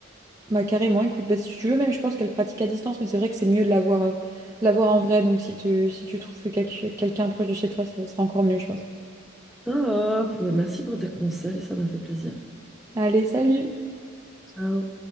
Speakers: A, on the right; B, in the centre.
A: Bah, carrément, écoute, bah, si tu veux, même je pense qu'elle pratique à distance, mais c'est vrai que c'est mieux de l'avoir, voir, euh, de la en vrai. Donc, si tu, si tu trouves quel- quelqu'un proche de chez toi, ça sera encore mieux, je pense.
B: Top, merci pour tes conseils, ça m'a fait plaisir.
A: Allez, salut!
B: Ciao.